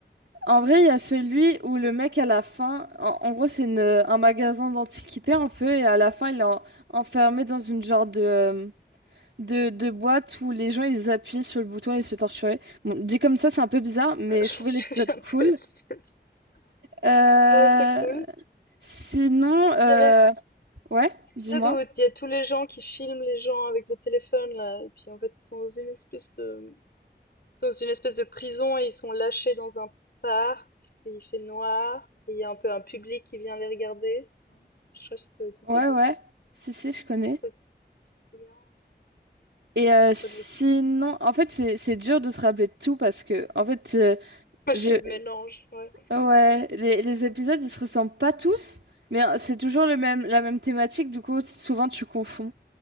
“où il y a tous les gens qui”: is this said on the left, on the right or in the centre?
Left